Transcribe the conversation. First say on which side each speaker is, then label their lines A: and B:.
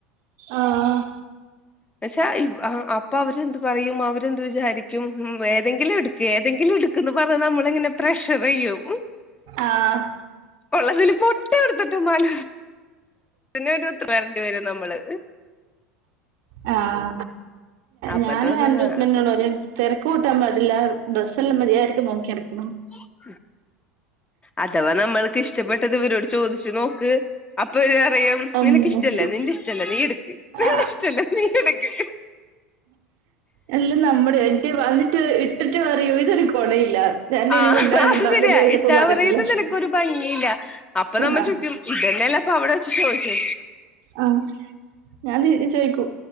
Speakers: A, on the right; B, on the left.
A: ആഹ്
B: പക്ഷെ അപ്പൊ അവരെന്ത് പറയും അവരെന്ത് വിചാരിക്കും ഉ ഏതെങ്കിലും എടുക്ക് ഏതെങ്കിലും എടു പറഞ്ഞ നമ്മളിങ്ങനെ പ്രഷർ ചെയ്യും.
A: ആഹ്
B: ഉള്ളതില് പൊട്ട എടുത്തിട്ടും മല പിന്നെ ഒരു വരണ്ടി വരും നമ്മള്
A: ആഹ
B: അപ്പൊ
A: ഞാനും
B: തോന്നും
A: എന്റെ ഹസ്ബന്റിനോട് തരക്ക് കൂട്ടാൻ പാടില്ല ഡ്രസ് എല്ല മരിയാതക്ക് നോക്കിയെടുക്കണം.
B: ഉ <inaudible> അഥവാ നമ്മൾക്ക് ഇഷ്ടപ്പെട്ടത് ഇവരോട് ചോദിച്ചു നോക്ക് അപ്പൊ ഇര് പറിയും.
A: അള്ളോ
B: നിനക്ക് ഇഷ്ടല്ലെ നിന്റെ ഇഷ്ടല്ലെ നീ എടുക്ക് നിന്റെ
A: ആ
B: ഇഷ്ടല്ലെ നീ എടുക്ക്.
A: എല്ല നമ്മുടെ എറ്റ വന്നിട്ട് ഇട്ടിട്ട് അറിയൂ ഇതൊരു. കൊണയില്ല ഞാൻ
B: ആ
A: ഇനി മിണ്ടാണ്ടിരുന്നോ
B: അത് ശരിയാ
A: അപ്പൊ ചോദിച്ചപ്പോ
B: ഇട്ടാ
A: പറഞ്ഞിട്ടില്ല
B: പറയുംഇത് നിനക്ക് ഒരു ഭംഗിയില്ല അപ്പൊ നമ്മ
A: ആ
B: ചോക്കും. ഇതല്ലല്ലാം അപ്പൊ അവിടെ വെച്ചു ചോദിച്ചേ
A: ആഹ ഞാൻ ചോയിക്കൂം.